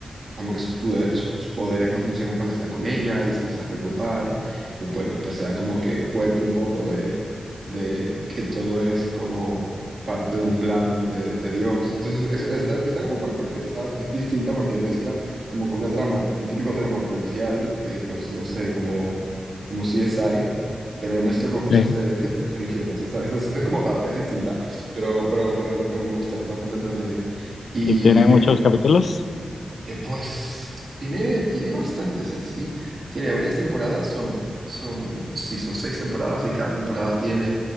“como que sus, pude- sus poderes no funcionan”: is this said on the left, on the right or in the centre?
Right